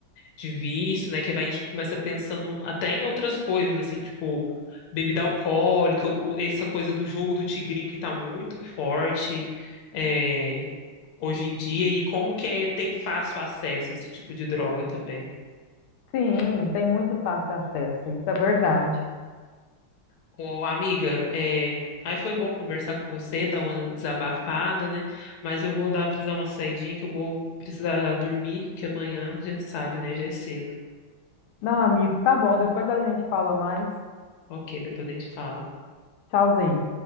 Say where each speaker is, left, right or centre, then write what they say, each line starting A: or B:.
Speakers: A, on the left; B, on the left.
A: de vício, né? Que vai, a gente começa pensando até em outras coisas, assim, tipo bebida alcoólica, o- essa coisa do jogo do tigrinho que tá muito forte é, hoje em dia, e como que é- tem fácil acesso a esse tipo de droga também.
B: Sim, tem muito fácil acesso, isso é verdade.
A: Ô, amiga, é, aí foi bom conversar com você, dar uma desabafada, né? Mas eu vou dar precisar uma saidinha que eu vou precisar dormir, que amanhã já sabe, né? Já é cedo.
B: Não, amigo, tá bom, depois a gente fala mais.
A: Ok, depois a gente fala.
B: Tchauzinho.